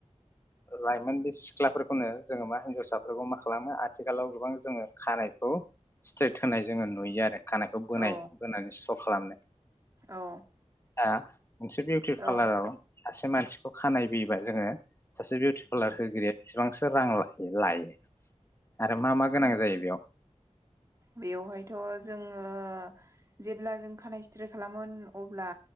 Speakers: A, on the left; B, on the right.
A: लाइमोन बे सिख्लाफोरखौनो जोंङो मा हिनजावसाफोरखौ मा खालामो आथिखालाव गोबां जोंङो खानायखौ स्ट्रेट होनाय जोंङो नुयो आरो खानायखौ बोनाय
B: औ
A: बोनानै स्र खालामनाय
B: औ
A: आ मोनसे थि
B: औ
A: फालाराव सासे मानसिखौ खानाय बैयोबा जोंङो सासे बिउटि पार्लार होगिरिया बेसेबांसो रां लायो आरो मा मा गोनां
B: उम
A: जायो बेयाव
B: बेवहायथ जोंङो जेब्ला जों खानायाइ सिथ्रे खालामोन अब्ला